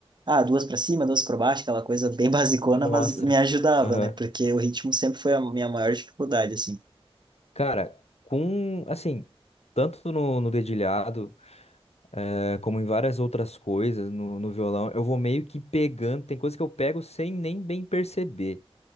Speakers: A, on the right; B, on the left.
A: ah, duas pra cima, duas pra baixo, aquela coisa bem <laughs> basicona,
B: Mostra.
A: mas me ajudava,
B: Aham.
A: né? Porque o ritmo sempre foi a minha maior dificuldade, assim.
B: Cara, com, assim, tanto no, no dedilhado. É, Como em várias outras coisas no, no violão, eu vou meio que pegando. Tem coisa que eu pego sem nem bem perceber.